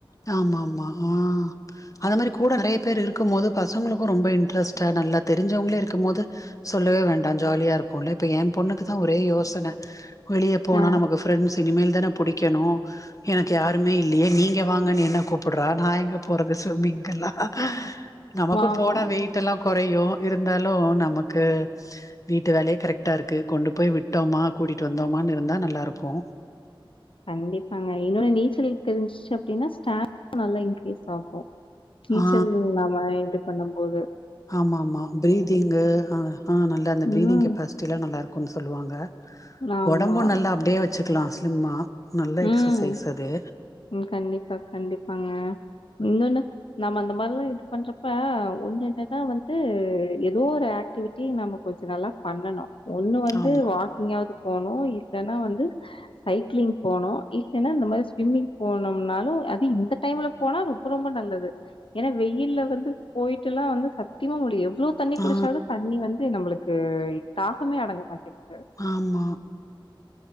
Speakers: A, on the left; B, on the left.
A: ஆமாமா ஆ அத மாரி கூட நெறைய பேர் இருக்கும் போது பசங்களுக்கு ரொம்ப இன்ட்ரெஸ்ட்டா நல்லா தெரிஞ்சவங்களே இருக்கும் போது சொல்லவே வேண்டா ஜாலியா இருக்குல்ல இப்ப எ பொண்ணுக்குதா ஒரே யோசன வெளிய போனா
B: ஆமா
A: நமக்கு ஃப்ரெண்ட்ஸ் இனிமேல் தான புடிக்கணு எனக்கு யாருமே இல்லியே நீங் இங்க வாங்கன் என்ன கூப்புட்ற நா எங்க போறது ஸ்விமிங்க்கெல்லா நமக்கு
B: ஆமா
A: போன வெய் டெல்லா கொறையு இருந்தாலு நமக்கு வீட்டு வேலயே கரெக்டா இருக்கு கொண்டு போய் விட்டோமா கூட்டிட்டு வந்தோமனு இருந்தா நல்லா இருக்கு
B: கண்டிப்பாங்க என்னோட நீச்சலிங் தெரிஞ்சிச்சு அப்டின்னா ஸ்டா <inaudible> னா நல்லா இன்க்ரீஸ் ஆகு நீச்சல்
A: ஆ
B: நாம இது பண்ணும் போது
A: ஆமா ஆமா பீரித்ங்கு ஆ ஆ நல்லா அந்த பீரிதிங்
B: ம்
A: கெப்பாசிட்டி எல்லா நல்லா இருக்குன் சொல்லுவாங்க
B: ஆமா
A: ஒடம்பு நல்லா அப்டியே வெச்சுக்கலா ஸ்லிம்மா நல்லா எக்சசைஸ்
B: ம்
A: அது
B: ம் கண்டிப்பா கண்டிப்பாங்க இன்னொன்னு நம்ம அந்த மாரில்லா இது பண்றப்ப ஒன்னொன்னுதா வந்து எதோ ஒரு ஆக்டிவிட் டி நம்ம கொஞ்ச நல்லா பண்ணனு ஒண்ணு வந்து
A: ஆமா
B: வாக்கிங்காவ்து போணு இல்லன்னா வந்து சைக்ளிங் போணு இல்லன்னா இந்த மாரி ஸ்விம்மிங் போனம்னாலு அது இந்த டைம்ல போனா ரொம்ப ரொம்ப நல்லது ஏனா வெயில்ல வந்து போயிட்டுல்லா வந்து சத்தியமா முடிய எவ்ளோ தண்ணி
A: ஆ
B: குடிச்சாலு தண்ணி வந்து நம்பளுக்கு தாகமே அடங்க மாட்டேங்கு
A: ஆமா